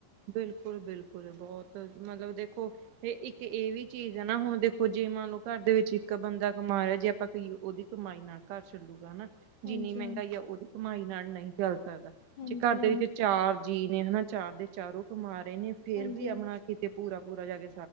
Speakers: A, on the right; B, on the left.
A: ਬਿਲਕੁਲ-ਬਿਲਕੁਲ ਬਹੁਤ ਮਤਲਬ ਦੇਖੋ, ਇਹ ਇੱਕ ਇਹ ਵੀ ਚੀਜ਼ ਹੈ ਨਾ ਹੁਣ ਦੇਖੋ ਜੇ ਮੰਨ ਲਓ, ਘਰ ਦੇ ਵਿੱਚ ਇੱਕ ਬੰਦਾ ਕਮਾ ਰਿਹਾ। ਜੇ ਆਪਾਂ ਕਈਏ ਉਹਦੀ ਕਮਾਈ ਨਾਲ ਘਰ ਚੱਲੂਗਾ ਹਨਾ ਜਿੰਨੀ
B: ਹਾਂਜੀ
A: ਮਹਿੰਗਾਈ
B: ਹਾਂਜੀ
A: ਆ, ਉਹਦੀ ਕਮਾਈ ਨਾਲ ਨਹੀਂ ਚੱਲ ਸਕਦਾ
B: ਹਾਂਜੀ
A: ਜੇ, ਘਰ ਦੇ
B: ਹਾਂਜੀ
A: ਵਿੱਚ ਚਾਰ ਜੀ ਨੇ, ਹਨਾ ਚਾਰ ਦੇ ਚਾਰੋਂ ਕਮਾ ਰਹੇ ਨੇ, ਫੇਰ
B: ਹਾਂਜੀ
A: ਵੀ ਆਪਣਾ
B: ਹਾਂਜੀ
A: ਕਿਤੇ ਪੂਰਾ- ਪੂਰਾ ਜਾਕੇ